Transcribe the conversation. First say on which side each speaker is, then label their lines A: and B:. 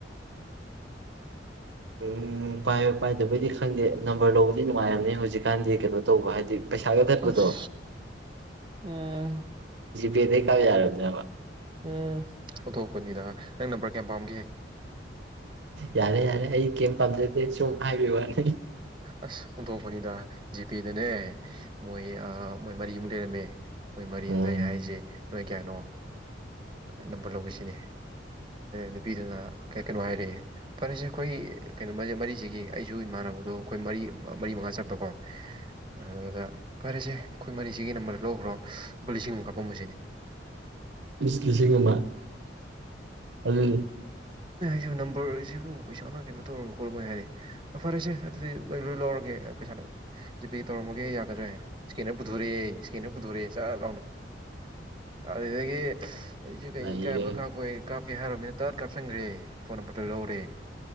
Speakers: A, on the right; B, on the right.
A: ꯎꯝ ꯄꯥꯏ ꯄꯥꯏꯗꯕꯩꯗꯤ ꯈꯪꯗꯦ ꯅꯝꯕꯔ ꯂꯧꯕꯗꯤ ꯅꯨꯡꯉꯥꯏꯔꯝꯅꯤ ꯍꯧꯖꯤꯛꯀꯥꯟꯗꯤ ꯀꯩꯅꯣ ꯇꯧꯕ ꯍꯥꯏꯗꯤ ꯄꯩꯁꯥꯒ ꯀꯠꯄꯗꯣ
B: ꯑꯁ ꯎꯝ
A: ꯄꯗ ꯀꯥ ꯌꯥꯔꯔꯕꯗꯕ
B: ꯎꯝ ꯑꯣꯊꯣꯛꯄꯅꯤꯗ ꯅꯪ ꯅꯝꯕꯔ ꯀꯌꯥꯝ ꯄꯥꯝꯒꯦ
A: ꯌꯥꯔꯦ ꯌꯥꯔꯦ ꯑꯩ ꯀꯩꯝ ꯄꯥꯝꯖꯗꯦ ꯁꯨꯝ ꯍꯥꯏꯕ ꯋꯥꯅꯤ
B: ꯑꯁ ꯑꯣꯟꯊꯣꯛꯄꯅꯤꯗ ꯖꯤꯄꯦꯗꯅꯦ ꯃꯣꯏ ꯃꯣꯏ ꯃꯔꯤꯃꯨꯛ ꯂꯩꯔꯝꯃꯦ ꯃꯣꯏ ꯃꯔꯤꯗꯨꯗ
A: ꯎꯝ
B: ꯑꯩ ꯍꯥꯏꯔꯤꯁꯦ ꯅꯣꯏ ꯀꯌꯥꯅꯣ ꯅꯝꯕꯔ ꯂꯧꯈꯤꯁꯤꯅꯦ ꯅꯨꯄꯤꯗꯨꯅ ꯀꯩꯅꯣ ꯍꯥꯏꯔꯛꯑꯦ ꯐꯔꯦꯁꯦ ꯑꯩꯈꯣꯏ ꯀꯩꯅꯣꯦ ꯃꯔꯤꯁꯤꯒꯤ ꯑꯩꯁꯨ ꯏꯃꯥꯟꯅꯕ ꯑꯩꯈꯣꯏ ꯃꯔꯤ ꯃꯔꯤ ꯃꯉꯥ ꯆꯟꯄꯀꯣ ꯑꯗꯨꯗ ꯐꯔꯦꯁꯦ ꯑꯩꯈꯣꯏ ꯃꯔꯤꯁꯤꯒꯤ ꯅꯝꯕꯔꯗ ꯂꯧꯈ꯭ꯔꯣ ꯂꯨꯄꯥ ꯂꯤꯁꯤꯡ ꯑꯃꯨꯛ ꯀꯥꯞꯄꯝꯕꯁꯤꯅꯤ
A: ꯀꯤꯁꯤꯒꯨꯝꯕ ꯑꯗꯨ
B: ꯁꯤꯕꯨ ꯅꯝꯕꯔꯁꯤꯕꯨ ꯄꯩꯁꯥꯅ ꯀꯩꯅꯣ ꯇꯧꯔꯒ ꯈꯣꯠꯂꯥꯏ ꯍꯥꯏꯔꯦ ꯑ ꯐꯔꯁꯦ ꯑꯗꯨꯗꯤ ꯅꯣꯏ ꯂꯣꯏ ꯂꯧꯔꯒꯦ ꯄꯩꯁꯥꯅ ꯖꯤꯄꯤꯦ ꯇꯧꯔꯝꯃꯒꯦ ꯌꯥꯒꯗ꯭ꯔꯦ ꯏꯁꯀꯦꯟꯅꯔ ꯄꯨꯊꯣꯔꯛꯑꯦ ꯏꯁꯀꯦꯟꯅꯔ ꯄꯨꯊꯣꯔꯛꯑꯦ ꯆꯥꯛ ꯂꯥꯎꯅ ꯑꯗꯨꯗꯒꯤ ꯑꯩꯁꯨ ꯀꯩ
A: ꯅꯩꯔꯦ
B: ꯏꯀꯥꯏꯕ ꯀꯥꯞꯄ ꯀꯥꯞ ꯀꯦ ꯍꯥꯏꯔꯕ ꯃꯤꯅꯠ ꯇꯠ ꯀꯥꯞꯁꯤꯟꯈ꯭ꯔꯦ ꯐꯣꯟ ꯅꯝꯕꯔꯗ ꯂꯧꯔꯦ